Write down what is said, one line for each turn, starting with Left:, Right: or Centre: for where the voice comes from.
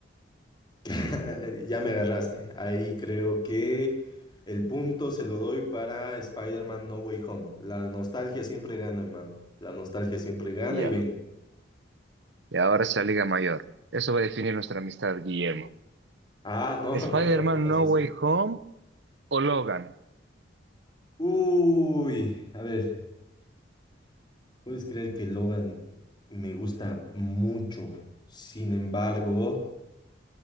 Left: <laughs> Ya me agarraste. Ahí creo que el punto se lo doy para Spider-Man No Way Home. La nostalgia siempre gana, hermano. La nostalgia siempre gana
Right: Ya,
Left: y vende.
Right: Y ahora es la Liga Mayor. Eso va a definir nuestra amistad, Guillermo.
Left: Ah, no,
Right: Spider-Man
Left: <laughs> no me lo pongas
Right: No
Left: así.
Right: Way Home O Logan,
Left: Uy, a ver, ¿puedes creer que Logan me gusta mucho? Sin embargo...